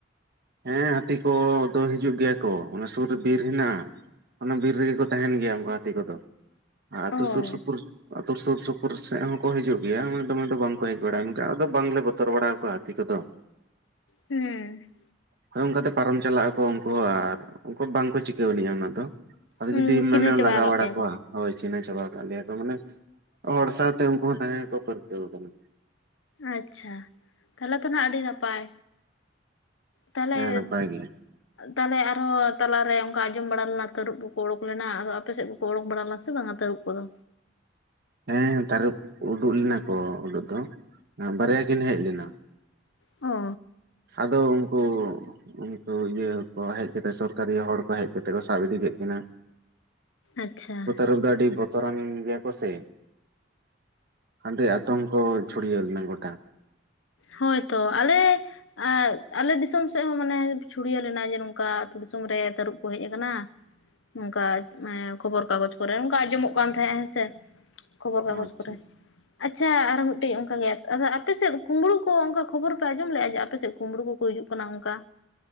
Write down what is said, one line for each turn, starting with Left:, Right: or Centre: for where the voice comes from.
Right: ᱦᱮᱸ ᱦᱟᱹᱛᱤ ᱠᱚ ᱫᱚ ᱦᱤᱡᱩᱜ ᱜᱮᱭᱟ ᱠᱚ ᱚᱱᱟ ᱥᱩᱨ ᱨᱮ ᱵᱤᱨ ᱦᱮᱱᱟᱜᱼᱟ᱾ ᱚᱱᱟ ᱵᱤᱨ ᱨᱮᱜᱮ ᱠᱚ ᱛᱟᱦᱮᱱ ᱜᱮᱭᱟ ᱩᱱᱠᱩ ᱦᱟᱹᱛᱤ ᱠᱚᱫᱚ ᱟᱨ ᱟᱹᱛᱩ
Left: ᱚ
Right: ᱥᱩᱨ ᱥᱩᱯᱩᱨ ᱟᱹᱛᱩ ᱥᱩᱨ ᱥᱩᱯᱩᱨ ᱥᱮᱫ ᱦᱚᱸᱠᱚ ᱦᱤᱡᱩᱜ ᱜᱮᱭᱟ, ᱢᱟᱱᱮ ᱫᱚᱢᱮ ᱫᱚ ᱵᱟᱝᱠᱚ ᱦᱮᱡ ᱵᱟᱲᱟᱭᱟ ᱢᱮᱱᱠᱷᱟᱱ ᱟᱫᱚ ᱵᱟᱝᱞᱮ ᱵᱚᱛᱚᱨ ᱵᱟᱲᱟ ᱠᱚᱣᱟ ᱦᱟᱹᱛᱤ ᱠᱚᱫᱚ᱾
Left: ᱦᱮᱸ
Right: ᱟᱫᱚ ᱚᱱᱠᱟᱛᱮ ᱯᱟᱨᱚᱢ ᱪᱟᱞᱟᱜ ᱟᱠᱚ ᱩᱱᱠᱩ ᱦᱚᱸ ᱟᱨ ᱩᱱᱠᱩ ᱵᱟᱝᱠᱚ ᱪᱤᱠᱟᱹᱣᱞᱮᱭᱟ ᱟᱞᱮ ᱫᱚ᱾ ᱟᱫᱚ
Left: ᱦᱩᱸ
Right: ᱡᱩᱫᱤ
Left: ᱪᱤᱱᱦᱟᱹ
Right: ᱢᱟᱱᱮ
Left: ᱪᱟᱵᱟ
Right: ᱞᱟᱜᱟᱣ
Left: ᱟᱠᱟᱫ
Right: ᱵᱟᱲᱟ
Left: ᱯᱮᱭᱟ
Right: ᱠᱚᱣᱟ,
Left: ᱠᱚ
Right: ᱦᱚᱭ ᱪᱤᱱᱦᱟᱹ ᱪᱟᱵᱟᱣ ᱟᱠᱟᱫ ᱞᱮᱭᱟ ᱠᱚ ᱢᱟᱱᱮ ᱦᱚᱲ ᱥᱟᱶᱛᱮ ᱩᱱᱠᱩ ᱦᱚᱸ ᱛᱟᱦᱮᱸ ᱜᱮᱠᱚ ᱯᱟᱹᱨᱠᱟᱹᱣ ᱠᱟᱱᱟ᱾
Left: ᱟᱪᱪᱷᱟ ᱛᱟᱦᱚᱞᱮ ᱛᱚ ᱱᱟᱜ ᱟᱹᱰᱤ ᱱᱟᱯᱟᱭ᱾ ᱛᱟᱦᱚᱞᱮ
Right: ᱦᱮᱸ ᱱᱟᱯᱟᱭ ᱜᱮ
Left: ᱛᱟᱦᱚᱞᱮ ᱟᱨᱦᱚᱸ ᱛᱟᱞᱟᱨᱮ ᱚᱱᱠᱟ ᱟᱸᱡᱚᱢ ᱵᱟᱲᱟ ᱞᱮᱱᱟ ᱛᱟᱹᱨᱩᱵ ᱠᱚᱠᱚ ᱚᱰᱚᱠ ᱞᱮᱱᱟ ᱟᱫᱚ ᱟᱯᱮ ᱥᱮᱫ ᱚᱸᱰᱚᱠ ᱵᱟᱲᱟᱞᱮᱱᱟ ᱥᱮ ᱵᱟᱝ-ᱟ ᱛᱟᱹᱨᱩᱵ ᱠᱚᱫᱚ?
Right: ᱦᱮᱸ ᱛᱟᱨᱩᱯ ᱩᱰᱩᱠ ᱞᱮᱱᱟ ᱠᱚ, ᱩᱰᱩᱠ ᱫᱚ ᱵᱟᱨᱭᱟ ᱠᱤᱱ ᱦᱮᱡ ᱞᱮᱱᱟ᱾
Left: ᱦᱚᱻ
Right: ᱟᱫᱚ ᱩᱱᱠᱩ ᱩᱱᱠᱩ ᱤᱭᱟᱹ ᱠᱚ ᱦᱮᱡᱛᱜ ᱥᱚᱨᱠᱟᱨᱤ ᱦᱚᱲ ᱠᱚ ᱦᱮᱡᱛᱜ ᱠᱚ ᱥᱟᱵ ᱤᱫᱤ ᱠᱮᱫᱮᱫ ᱠᱤᱱᱟᱹ᱾
Left: ᱟᱪᱪᱷᱟ
Right: ᱛᱟᱨᱩᱵ ᱫᱚ ᱟᱹᱰᱤᱼᱼ ᱵᱛᱚᱨᱟᱱ ᱜᱮᱭᱟ ᱠᱚ ᱥᱮ ᱦᱟᱸᱰᱮ ᱟᱛᱚᱝᱠᱚ ᱪᱷᱩᱲᱣ ᱞᱮᱱᱟ ᱜᱚᱴᱟ᱾
Left: ᱦᱳᱭᱛᱚ ᱟᱞᱮᱼᱼ ᱟᱨ ᱟᱞᱮ ᱫᱤᱥᱚᱢ ᱥᱮᱫ ᱦᱚᱸ ᱢᱟᱱᱮ ᱪᱷᱩᱲᱭᱟᱹᱣ ᱞᱮᱱᱟ ᱡᱮ ᱱᱚᱝᱠᱟ ᱟᱹᱛᱩ ᱫᱤᱥᱚᱢ ᱨᱮ ᱛᱟᱹᱨᱩᱵᱽ ᱠᱚ ᱦᱮᱡ ᱟᱠᱟᱱᱟ᱾ ᱱᱚᱝᱼᱠᱟ ᱢᱟᱱᱮ ᱠᱷᱚᱵᱚᱨ ᱠᱟᱜᱚᱡᱽ ᱠᱚᱨᱮ ᱱᱚᱝᱠᱟ ᱟᱸᱡᱚᱢᱚᱜ ᱠᱟᱱ ᱛᱟᱸᱦᱮᱜᱼᱟ ᱦᱮᱸᱥᱮ, ᱠᱷᱚᱵᱚᱨ ᱠᱟᱜᱚᱡᱽ
Right: ᱚ ᱟᱪᱪᱷᱟ
Left: ᱠᱚᱨᱮ
Right: ᱟᱪᱪᱷᱟ,
Left: ᱟᱪᱪᱷᱟ ᱟᱨᱚ ᱢᱤᱫᱴᱮᱡ ᱚᱱᱠᱟ ᱜᱮ ᱟᱫᱚ ᱟᱯᱮ ᱥᱮᱫ ᱠᱩᱢᱵᱽᱲᱩ ᱠᱚ ᱚᱱᱠᱟ ᱠᱷᱚᱵᱚᱨ ᱯᱮ ᱟᱸᱡᱚᱢ ᱞᱮᱫ-ᱟ, ᱡᱮ ᱟᱯᱮᱥᱮᱫ ᱠᱩᱢᱵᱽᱲᱩ ᱠᱚᱠᱚ ᱦᱤᱡᱩᱜ ᱠᱟᱱᱟ ᱚᱱᱠᱟ?